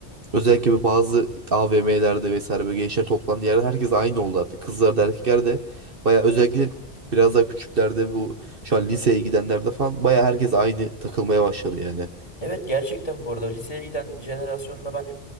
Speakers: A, on the right (about 50°); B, on the left (about 30°).
A: Özellikle bir bazı AVM'lerde vesaire böyle gençler toplandığı yerde herkes aynı oldu artık. Kızlar da erkekler de baya özellikle biraz daha küçüklerde bu şu an liseye gidenlerde falan baya herkes aynı takılmaya başladı yani.
B: Evet gerçekten bu arada liseye giden jenerasyonda ben